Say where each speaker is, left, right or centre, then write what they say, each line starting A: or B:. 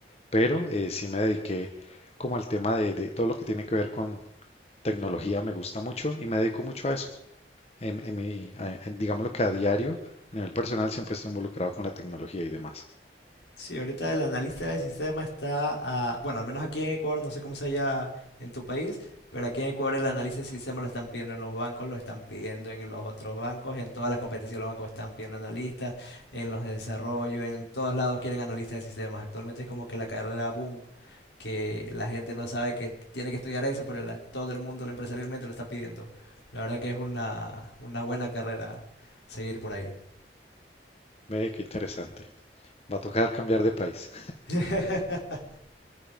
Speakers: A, on the left; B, on the left.
A: pero eh, sí me dediqué como al tema de, de todo lo que tiene que ver con tecnología, me gusta mucho y me dedico mucho a eso. En, en mi, a- en- digamos lo que a diario, a nivel personal, siempre estoy involucrado con la tecnología y demás.
B: Sí, ahorita el analista del sistema está, a- bueno, al menos aquí en Ecuador, no sé cómo sea allá en tu país, pero aquí en Ecuador el análisis del sistema lo están pidiendo en los bancos, lo están pidiendo en los otros bancos, en todas las competencias los bancos están pidiendo analistas, en los de desarrollo, en todos lados quieren analistas de sistemas. Actualmente es como que la carrera boom, que la gente no sabe que tiene que estudiar eso, pero la- todo el mundo lo empresarialmente lo está pidiendo. La verdad que es una, una buena carrera seguir por ahí.
A: Ve qué interesante. Va a tocar cambiar de país.
B: <laughs>